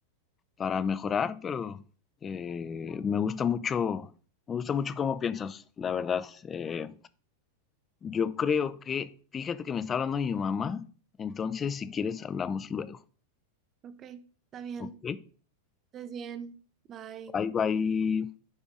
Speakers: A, on the left (about 20°); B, on the right (about 30°).
A: para mejorar, pero eh, me gusta mucho, me gusta mucho cómo piensas, la verdad. Eh, yo creo que, fíjate que me está hablando mi mamá, entonces si quieres hablamos luego.
B: Ok, está bien,
A: Ok,
B: estés bien, bye.
A: bye bye.